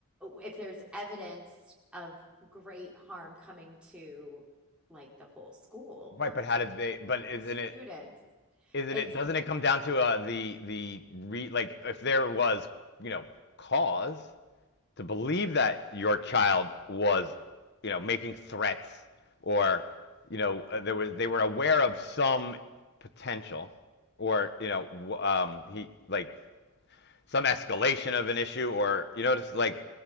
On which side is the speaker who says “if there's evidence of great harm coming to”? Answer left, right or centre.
Centre